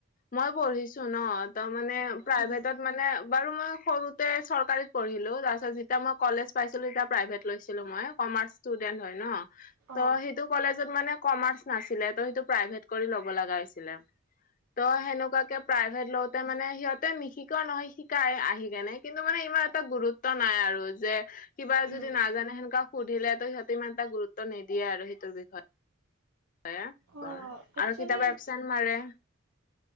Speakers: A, on the left; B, on the right.
A: মই পঢ়িছো ন তাৰ মানে প্ৰাইভেটত
B: উম,
A: মানে বাৰু মই সৰুতে চৰকাৰীত পঢ়িলো তাৰ পিছত যেতিয়া মই কলেজ পাইছিলো তেতিয়া প্ৰাইভেট লৈছিলো। মই কমাৰ্চ ষ্টুডেণ্ট হয় ন
B: অ',
A: ত সেইটো কলেজত মানে কমাৰ্চ নাছিল তেহেঁত সেইটো প্ৰাইভেট কৰি ল'ব লগা হৈছিলে ত সেনেকোৱাকে প্ৰাইভেট কৰি লওতে মানে সিহঁ তে নিশিকোৱা নহয় শিকাই আহি কেনে কিন্তু মানে ইমান এটা গুৰুত্ব নাই আৰু যে কিবা যদি
B: উম।
A: নাজানে সেনেকোৱা সুধিলেতো সিহঁতে ইমান এটা গুৰুত্ব নিদিয়ে আৰু সেইটোৰ বিষয়ে
B: অ',
A: তে
B: একচুৱেলি
A: আৰু কেতিয়াবা এবচেণ্ট মাৰে